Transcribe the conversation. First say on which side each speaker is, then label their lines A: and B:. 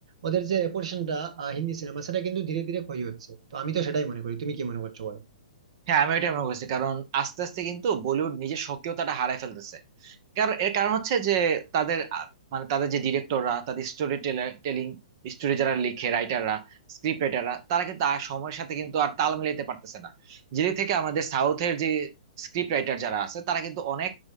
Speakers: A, on the right; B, on the right.
A: ওদের যে রেপুটেশনটা হিন্দি সিনেমা সেটা কিন্তু ধীরে ধীরে ক্ষয় হচ্ছে তো আমি তো সেটাই মনে করি তুমি কি মনে করছো বলো
B: হ্যাঁ আমি ওইটাই মনে করছি কারণ আস্তে আস্তে কিন্তু বলিউড নিজের সক্রিয়তাটা হারায় ফেলতেছে কারণ এর কারণ হচ্ছে যে তাদের আ- মানে তাদের যে ডিরেক্টররা তাদের স্টোরি টেলিং স্টোরি যারা লিখে রাইটাররা স্ক্রিপ্ট রাইটাররা তারা কিন্তু আর সময়ের সাথে কিন্তু আর তাল মিলাইতে পারতেছে না যেদিক থেকে আমাদের সাউথের যে স্ক্রিপ্ট রাইটার যারা আছে তারা কিন্তু অনেক